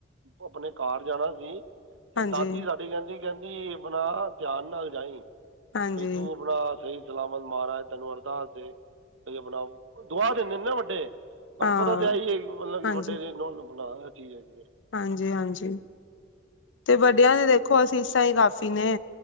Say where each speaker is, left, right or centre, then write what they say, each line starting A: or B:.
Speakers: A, on the right; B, on the left.
A: ਆਪਣੇ ਘਰ ਜਾਣਾ ਸੀ ਤੇ
B: ਹਾਂਜੀ
A: ਦਾਦੀ ਸਾਡੀ, ਦੀ ਕਹਿੰਦੀ, ਕਹਿੰਦੀ ਆਪਣਾ ਧਿਆਨ ਨਾਲ ਜਾਈ
B: ਹਾਂਜੀ
A: ਬਈ ਤੂੰ ਆਪਣਾ ਸਹੀ ਸਲਾਮਤ ਮਹਾਰਾਜ ਤੈਨੂੰ ਅਰਦਾਸ ਤੇ ਆਪਣਾ ਦੁਆ ਦਿੰਨਦੇ ਨਾ ਵੱਡੇ। ਤੁਹਾਨੂੰ
B: ਹਾਂ
A: ਪਤਾ ਤੇ ਆਹੀ ਹੈ ਮਤਲਬ ਕਿ
B: ਹਾਂਜੀ
A: ਵੱਡੇ ਨੇ ਬਣਾ ਇਹ ਚੀਜ਼ ਹੈਗੀ ਹੈ
B: ਹਾਂਜੀ- ਹਾਂਜੀ, ਤੇ ਵਡਿਆਂ ਦੀ ਦੇਖੋ ਅਸੀਸਾਂ ਹੀ ਕਾਫ਼ੀ ਨੇ।